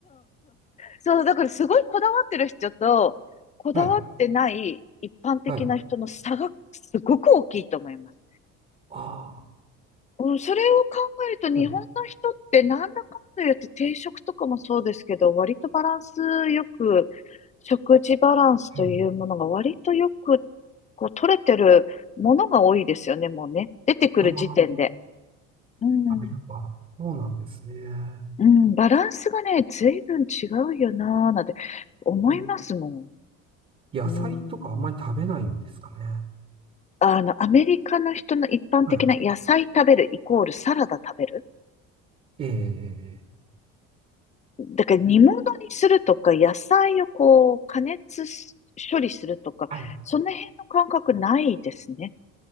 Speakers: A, on the left (about 25°); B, on the right (about 30°).
A: そう、だからすごいこだわってる人と、こだわってない一般的な人の差がすごく大きいと思います。
B: はい、はい。あ
A: うん、それを考えると日本の人ってなんだかんだ言って定食とかもそうですけど割とバランスよく
B: あ、はい。
A: 食事バランスというものが割とよく
B: はい
A: こう取れてるものが多いですよねもうね出てくる時点で。
B: ああ、
A: うん。
B: やっぱそうなんですね。
A: うん、バランスがね、随分違うよなーなんて思いますも
B: うん野菜とかあんまり食べないんですかね。
A: ん。うん。あの、アメリカの人の一般的な野菜食べるイコールサラダ食べる
B: はい。ええ
A: だから煮物にするとか、野菜をこう、加熱し処理するとか、
B: はい。
A: その辺の感覚ないですね。